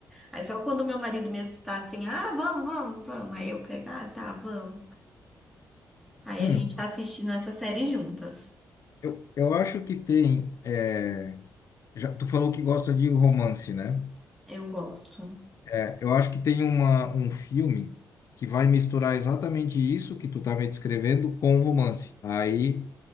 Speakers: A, in the centre; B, on the left (about 50°).
A: Aí só quando meu marido mesmo tá assim, ah, vamos, vamos, vamos. Aí eu pego, ah, tá, vamos. Aí
B: Hum,
A: a gente tá assistindo essa série juntas.
B: eu, eu acho que tem. é, já, tu falou que gosta de romance, né?
A: Eu gosto.
B: É, eu acho que tem uma, um filme que vai misturar exatamente isso que tu tá me descrevendo com romance. Aí,